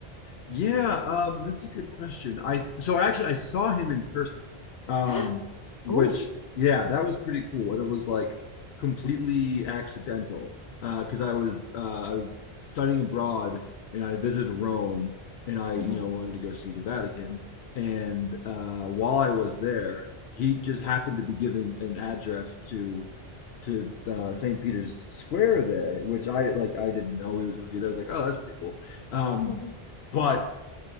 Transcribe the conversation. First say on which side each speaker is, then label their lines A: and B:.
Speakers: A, on the left; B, on the left.
A: Yeah, um, that's a good question. I so I actually I saw him in person, um,
B: <gasps>
A: which
B: Ooh.
A: yeah, that was pretty cool, and it was like completely accidental Uh because I was uh, I was studying abroad and I visited Rome and I you
B: Mhm.
A: know wanted to go see the Vatican and uh, while I was there, he just happened to be giving an address to to uh, St. Peter's Square there, which I like I didn't know he was going to be there. I was like, oh, that's pretty cool. Um,
B: Mhm.
A: but